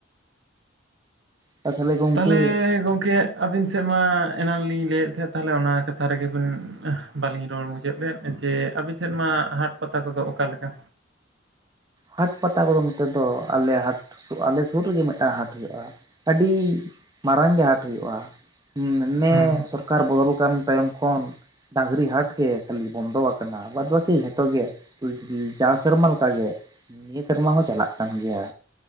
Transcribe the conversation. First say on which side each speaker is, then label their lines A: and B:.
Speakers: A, on the right; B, on the right.
A: ᱟᱨ ᱜᱚᱝᱠᱮ
B: ᱛᱟᱦᱚᱞᱮ ᱜᱚᱢᱠᱮ ᱟᱹᱵᱤᱱ ᱥᱮᱫ ᱢᱟ ᱮᱱᱟᱱᱞᱤᱧ ᱞᱟᱹᱭᱮᱫ ᱛᱟᱦᱮᱸᱫ ᱛᱟᱦᱚᱞᱮ ᱚᱱᱟ ᱠᱟᱛᱷᱟ ᱨᱮᱜᱮ ᱵᱤᱱ ᱵᱟᱞᱤᱧ ᱨᱚᱲ ᱢᱩᱪᱟᱹᱫ ᱞᱮᱫ ᱾ ᱡᱮ ᱟᱵᱤᱱ ᱥᱮᱫ ᱢᱟ ᱦᱟᱴ ᱯᱟᱛᱟ ᱠᱚᱫᱚ ᱚᱠᱟ ᱞᱮᱠᱟ?
A: ᱦᱟᱴ ᱯᱟᱛᱟ ᱠᱚᱫᱚ ᱱᱚᱛᱮ ᱫᱚ ᱟᱞᱮ ᱦᱟᱴ ᱟᱞᱮ ᱥᱩᱨ ᱨᱮᱜᱮ ᱢᱤᱫᱴᱟᱝ ᱦᱟᱴ ᱦᱩᱭᱩᱜ-ᱟ᱾ ᱟᱹᱰᱤ ᱢᱟᱨᱟᱝ ᱜᱮ ᱦᱟᱴ ᱦᱩᱭᱩᱜ-ᱟ, ᱱᱮ
B: ᱦᱮᱸ
A: ᱥᱚᱨᱠᱟᱨ ᱥᱚᱨᱠᱟᱨ ᱵᱚᱫᱚᱞ ᱟᱠᱟᱱ ᱛᱟᱭᱚᱢ ᱠᱷᱚᱱ ᱰᱟᱝᱨᱤ ᱦᱟᱴ ᱜᱮ ᱠᱷᱟᱹᱞᱤ ᱵᱚᱱᱫᱚ ᱟᱠᱟᱱᱟ, ᱵᱟᱫ ᱵᱟᱹᱠᱤ ᱡᱷᱚᱛᱚ ᱜᱮ ᱡᱟᱣ ᱥᱮᱨᱢᱟ ᱞᱮᱠᱟᱜᱮ ᱱᱤᱭᱟᱹ ᱥᱮᱨᱢᱟ ᱦᱚᱸ ᱪᱟᱞᱟᱜ ᱠᱟᱱ ᱜᱮᱭᱟ,